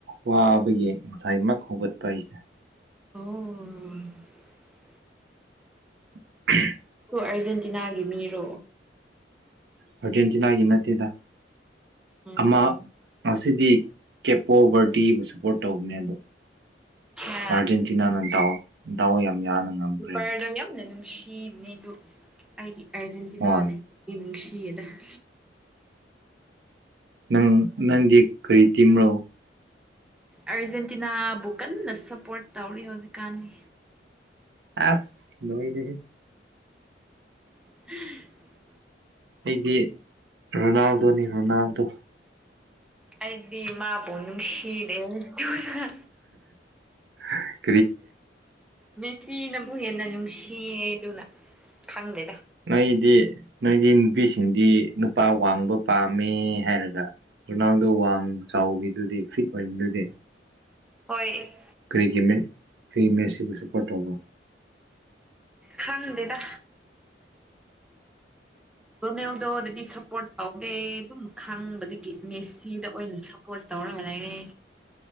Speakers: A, on the right; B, in the centre.
A: ꯋꯥꯕꯒꯤ ꯉꯁꯥꯏꯃꯛ ꯍꯧꯒꯠꯄ ꯑꯩꯁꯦ
B: ꯑꯣ
A: <unintelligible>
B: ꯑꯥꯔꯖꯦꯟꯇꯤꯅꯥꯒꯤ ꯃꯤꯔꯣ
A: ꯑꯥꯔꯖꯦꯟꯇꯤꯅꯥꯒꯤ ꯅꯠꯇꯦꯗ
B: ꯎꯝ
A: ꯑꯃ ꯉꯁꯤꯗꯤ ꯀꯦꯞꯄꯣ ꯕꯔꯗꯤꯕꯨ ꯁꯄꯣꯔꯠ ꯇꯧꯕꯅꯦ ꯑꯗꯣ
B: ꯑ
A: ꯑꯥꯔꯖꯦꯟꯇꯤꯅꯥꯅ ꯗꯥꯎ ꯗꯥꯎ ꯌꯥꯝ ꯌꯥꯅ ꯉꯝꯈ꯭ꯔꯦꯅꯦ
B: ꯀꯤꯄꯔꯗꯣ ꯌꯥꯝꯅ ꯅꯨꯡꯁꯤꯕꯅꯤꯗꯣ ꯑꯩꯗꯤ ꯑꯔꯖꯦꯟꯇꯤꯅꯥꯅꯦ
A: ꯍꯣꯏ
B: ꯍꯦꯟꯅ ꯅꯨꯡꯁꯤ ꯌꯦꯗ <unintelligible>
A: ꯅꯪ ꯅꯪꯗꯤ ꯀꯔꯤ ꯇꯤꯝꯔꯣ
B: ꯑꯥꯔꯖꯦꯟꯇꯤꯅꯥꯕꯨ ꯀꯟꯅ ꯁꯞꯄꯣꯔꯠ ꯇꯧꯔꯤ ꯍꯧꯖꯤꯛꯀꯥꯟꯗꯤ
A: ꯑꯥꯁ ꯂꯣꯏꯔꯦꯍꯦ
B: <unintelligible>
A: ꯑꯩꯗꯤ ꯔꯣꯅꯥꯜꯗꯣꯅꯤ ꯔꯣꯅꯥꯜꯗꯣ
B: ꯑꯩꯗꯤ ꯃꯥꯕꯨ ꯅꯨꯡꯁꯤꯗꯦ ꯗꯨꯅꯥ
A: ꯍ <unintelligible>
B: ꯃꯦꯁꯤꯅꯕꯨ ꯍꯦꯟꯅ ꯅꯨꯡꯁꯤꯌꯦꯗꯨꯅ ꯈꯪꯗꯦꯗ
A: ꯅꯣꯏꯗꯤ ꯅꯣꯏꯗꯤ ꯅꯨꯄꯤꯁꯤꯡꯗꯤ ꯅꯨꯄꯥ ꯋꯥꯡꯕ ꯄꯥꯝꯃꯦ ꯍꯥꯏꯔꯒ ꯔꯣꯅꯥꯜꯗꯣ ꯋꯥꯡ ꯆꯥꯎꯕꯤꯗꯨꯗꯤ ꯐꯤꯠ ꯑꯣꯏꯕꯗꯨꯗꯤ
B: ꯍꯣꯏ
A: ꯀꯔꯤꯒꯤ ꯀ꯭ꯔꯤꯒꯤꯃꯦꯁꯤꯕꯨ ꯁꯄꯣꯔꯇꯧꯒ
B: ꯈꯪꯗꯗ ꯔꯣꯅꯦꯜꯗꯣ ꯑꯗꯨꯗꯤ ꯁꯞꯄꯣꯔꯠ ꯇꯧꯗꯦ ꯑꯗꯨꯝ ꯈꯪꯕꯗꯒꯤ ꯃꯦꯁꯤꯗ ꯑꯣꯏꯅ ꯁꯞꯄꯣꯔꯠ ꯇꯧꯔꯒ ꯂꯥꯏꯅꯦ